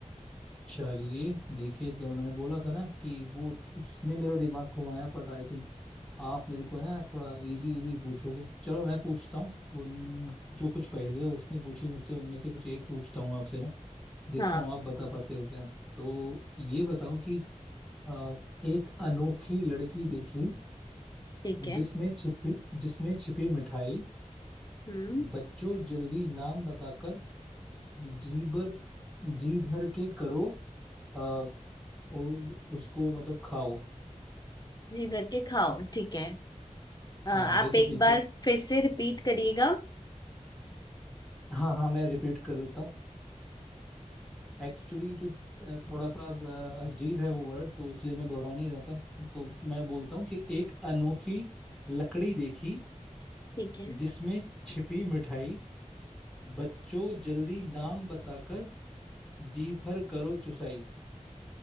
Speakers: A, in the centre; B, on the left.
A: चलिए देखिए जरा मैंने बोला था ना कि वो उसने मेरा दिमाग घुमाया बट आई थिंक आप मेरे को है ना थोड़ा इजी इजी पूछोगे चलो मैं पूछता हूँ उन जो कुछ पहेलियाँ उसने पूछी मुझसे उनमें से कुछ एक पूछता हूँ आपसे ना देखता
B: हाँ
A: हूँ आप बता पाते हो क्या तो ये बताओ कि अ, एक अनोखी लड़की देखी
B: ठीक है
A: जिसमें छिपी जिसमें छिपी मिठाई
B: हम्म
A: बच्चों जल्दी नाम बताकर जी भर जी भर के करो अ, उ- उसको मतलब खाओ
B: जी भर के खाओ ठीक है अ, आप
A: हाँ बेसिकली
B: एक बार फिर से रिपीट करिएगा
A: हाँ हाँ मैं रिपीट कर देता हूँ एक्चुअली जो अ, थोड़ा सा अ, अजीब है वो वर्ड तो इसलिए मैं दोहरा नहीं रहता तो मैं बोलता हूँ कि एक अनोखी लकड़ी देखी
B: ठीक है
A: जिसमें छिपी मिठाई बच्चों जल्दी नाम बताकर जी भर करो चुसाई